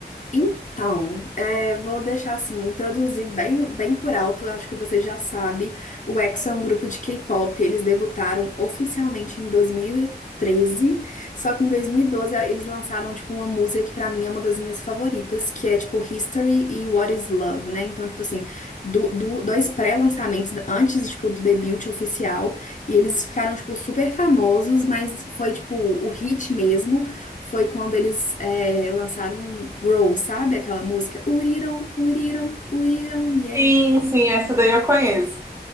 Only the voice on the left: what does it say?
Então, é, vou deixar assim, introduzir bem, bem por alto, acho que você já sabe, o EXO é um grupo de K-pop, eles debutaram oficialmente em 2013, só que em 2012 eles lançaram, tipo, uma música que pra mim é uma das minhas favoritas, que é, tipo, History e What is Love, né? Então, tipo assim, do, do- dois pré-lançamentos antes, tipo, do debut oficial, e eles ficaram, tipo, super famosos, mas foi, tipo, o hit mesmo foi quando eles é, lançaram um Grow, sabe? Aquela música. Uriram, uriram, uriram, yeah.